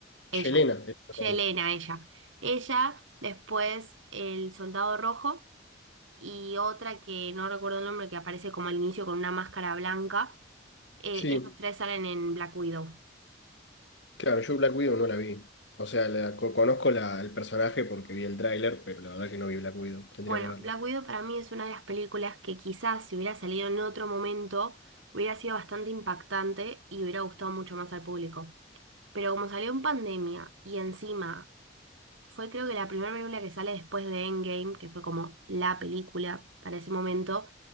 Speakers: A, on the right; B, on the left.
A: Ella,
B: Yelena. es la protagonista.
A: Yelena, ella. Ella, después el soldado rojo y otra que no recuerdo el nombre, que aparece como al inicio con una máscara blanca. Eh,
B: Sí,
A: esos tres salen en Black Widow.
B: Claro, yo Black Widow no la vi. O sea, la- co- conozco la, el personaje porque vi el tráiler, pero la verdad que no vi Black Widow. Tendría
A: Bueno,
B: que verlo.
A: Black Widow para mí es una de las películas que quizás si hubiera salido en otro momento hubiera sido bastante impactante y hubiera gustado mucho más al público. Pero como salió en pandemia y encima Fue creo que la primera película que sale después de Endgame, que fue como la película para ese momento.